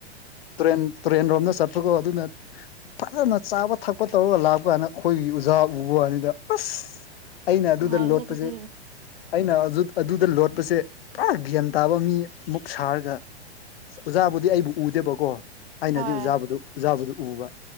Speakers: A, on the left; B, on the right.
A: ꯇꯨꯔꯦꯟ ꯇꯨꯔꯦꯟ ꯔꯣꯝꯗ ꯆꯠ ꯄꯀꯣ ꯑꯗꯨꯅ ꯐꯖꯅ ꯆꯥꯕ ꯊꯛꯄ ꯇꯧꯔꯒ ꯂꯥꯛꯄ ꯀꯥꯟꯗ ꯈꯣꯏꯒꯤ ꯑꯣꯖꯥ ꯎꯕ ꯋꯥꯅꯤꯗ ꯑꯁ ꯑꯩꯅ ꯑꯗꯨꯗ
B: ꯅꯨꯡꯉꯥꯏꯔꯦꯍꯦ
A: ꯂꯣꯠꯄꯁꯦ
B: ꯑꯗꯨꯗꯤ
A: ꯑꯩꯅ ꯑꯗꯨꯗ ꯂꯣꯠꯄꯁꯦ ꯄꯨꯔꯥ ꯒ꯭ꯌꯥꯟ ꯇꯥꯕ ꯃꯤ ꯑꯃꯨꯛ ꯁꯥꯔꯒ ꯑꯣꯖꯥꯕꯨꯗꯤ ꯑꯩꯕꯨ ꯎꯗꯦꯕꯀꯣ ꯑꯩꯅꯗꯤ
B: ꯍꯣꯏ
A: ꯑꯣꯖꯥꯕꯨꯗꯨ ꯖꯥꯕꯗꯨ ꯎꯕ